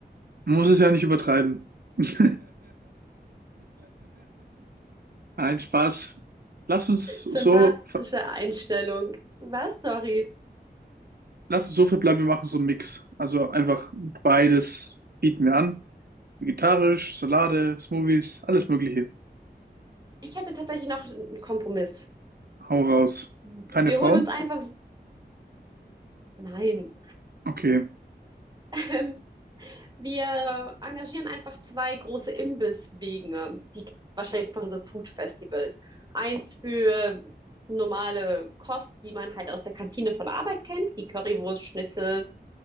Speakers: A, on the right; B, on the right.
A: Man muss es ja nicht übertreiben. <laughs> Nein, Spaß. Lass uns so,
B: Sympathische
A: ver-
B: Einstellung. Was? Sorry.
A: lass uns so verbleiben, wir machen so einen Mix. Also einfach beides bieten wir an. Vegetarisch, Salate, Smoothies, alles Mögliche.
B: Ich hätte tatsächlich noch einen Kompromiss.
A: Hau raus.
B: Wir
A: Keine Frauen?
B: holen uns einfach... Nein.
A: Okay.
B: <laughs> Wir engagieren einfach zwei große Imbisswege, die kennt man wahrscheinlich von so Food Festivals. Eins für normale Kost, die man halt aus der Kantine von der Arbeit kennt, wie Currywurst, Schnitzel